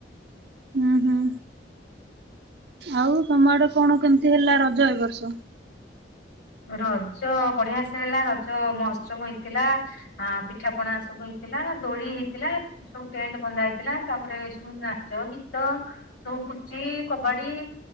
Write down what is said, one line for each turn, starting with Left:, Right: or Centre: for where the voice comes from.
Right: ହୁଁ ହୁଁ। ଆଉ ତମ ଆଡେ କଣ କେମିତି ହେଲା ରଜ ଏ ବର୍ଷ।
Left: ରଜ ବଢିଆ ସେ ହେଲା, ରଜ ମହୋତ୍ସବ ହେଇଥିଲା। ଆ ପିଠା ପଣା ସବୁ ହେଇଥିଲା, ଦୋଳି ହେଇଥିଲା। ସବୁ ଟେଣ୍ଟ ବନ୍ଧା ହେଇଥିଲା, ତାପରେ ସବୁ ନାଚ ଗୀତ। ସବୁ ପୁଚି କବାଡ଼ି।